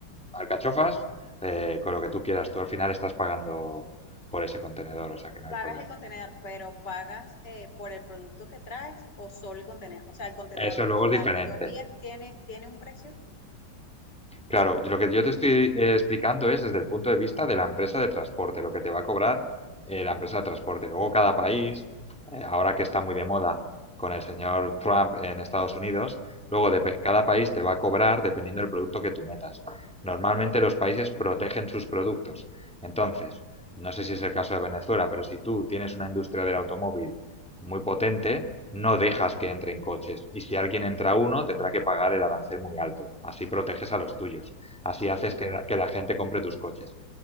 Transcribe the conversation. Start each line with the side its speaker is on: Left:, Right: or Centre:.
Centre: alcachofas, eh, con lo que tú quieras, tú al final estás pagando por ese contenedor, o sea que no
Left: Pagas
Centre: hay problema.
Left: el contenedor, pero pagas eh, por el producto que traes o solo el contenedor. O sea, el contenedor
Centre: Eso
Left: como
Centre: luego es
Left: tal
Centre: diferente.
Left: que tú envías tiene, tiene un precio.
Centre: Claro, yo- lo que yo te estoy eh, explicando es desde el punto de vista de la empresa de transporte, lo que te va a cobrar eh, la empresa de transporte. Luego cada país, eh, ahora que está muy de moda con el señor Trump en Estados Unidos, luego depe- cada país te va a cobrar dependiendo del producto que tú metas. Normalmente los países protegen sus productos. Entonces, no sé si es el caso de Venezuela, pero si tú tienes una industria del automóvil muy potente, no dejas que entren coches. Y si alguien entra uno, tendrá que pagar el arancel muy alto. Así proteges a los
Left: Ah,
Centre: tuyos. Así
Left: Y
Centre: haces que la, que la gente compre tus coches.